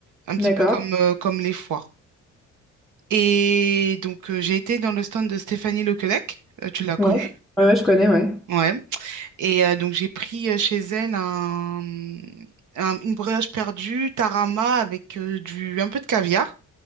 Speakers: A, on the right (about 80°); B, in the centre.
A: un petit
B: D'accord.
A: peu comme, euh, comme les foires. Et donc, euh, j'ai été dans le stand de Stéphanie Lequelec. Euh, tu la connais?
B: Ouais. Ouais, ouais, je connais, ouais.
A: Ouais. Et euh, donc, j'ai pris euh, chez elle un, un- une brioche perdue, tarama avec euh, du, un peu de caviar.